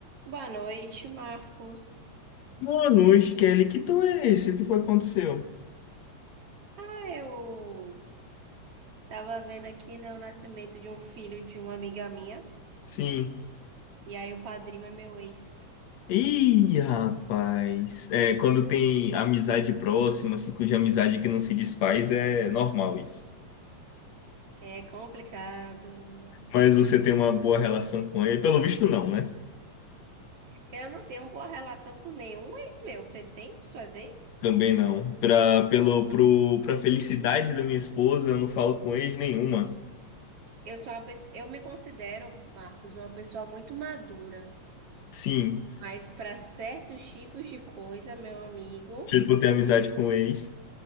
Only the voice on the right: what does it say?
Boa noite, Marcos.
Ah, eu tava vendo aqui, né, o nascimento de um filho de uma amiga minha,
e aí o padrinho é meu ex.
É complicado.
Eu não tenho boa relação com nenhum ex meu. Você tem com suas ex?
Eu sou uma pessoa, eu me considero, Marcos, uma pessoa muito madura,
mas para certos tipos de coisa, meu amigo,